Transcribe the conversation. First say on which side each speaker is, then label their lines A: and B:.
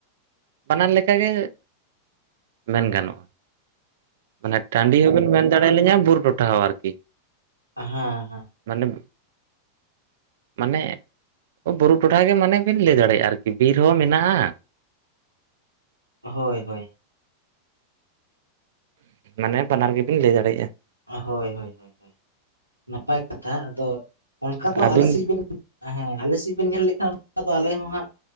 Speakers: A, on the right; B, on the right.
A: ᱵᱟᱱᱟᱨ ᱞᱮᱠᱟ ᱜᱮ ᱢᱮᱱ ᱜᱟᱱᱚᱜᱼᱟ ᱾ ᱢᱟᱱᱮ ᱴᱟᱺᱰᱤ ᱦᱚᱸ ᱵᱤᱱ ᱢᱮᱱ ᱫᱟᱲᱮ ᱟᱞᱤᱧᱟ ᱵᱩᱨᱩ ᱴᱚᱴᱷᱟ ᱦᱚᱸ ᱟᱨᱠᱤ ᱾
B: ᱦᱮᱸ, ᱦᱮᱸ ᱾
A: ᱢᱟᱱᱮ ᱢᱟᱱᱮ ᱵᱩᱨᱩ ᱴᱚᱴᱷᱟ ᱜᱮ ᱢᱟᱱᱮ ᱵᱤᱱ ᱞᱟᱹᱭ ᱫᱟᱲᱮᱭᱟᱜᱼᱟ ᱟᱨᱠᱤ ᱵᱤᱨ ᱦᱚᱸ ᱢᱮᱱᱟᱜᱼᱟ᱾
B: ᱦᱳᱭ, ᱦᱳᱭ ᱾
A: ᱢᱟᱱᱮ ᱵᱟᱱᱟᱨ ᱜᱮᱵᱤᱱ ᱞᱟᱹᱭ ᱫᱟᱲᱮᱭᱟᱜᱼᱟ ᱾
B: ᱦᱳᱭ, ᱦᱳᱭ, ᱦᱳᱭ ᱱᱟᱯᱟᱭ ᱠᱟᱛᱷᱟ ᱟᱫᱚ ᱚᱱᱠᱟ ᱫᱚ
A: ᱟᱹᱵᱤᱱ
B: ᱟᱞᱮ ᱥᱮᱫ ᱵᱤᱱ ᱦᱮᱸ ᱟᱞᱮ ᱥᱮᱫ ᱵᱤᱱ ᱧᱮᱞ ᱞᱮᱠᱷᱟᱱ ᱫᱚ᱾ ᱟᱞᱮ ᱦᱚᱸ ᱦᱟᱸᱜ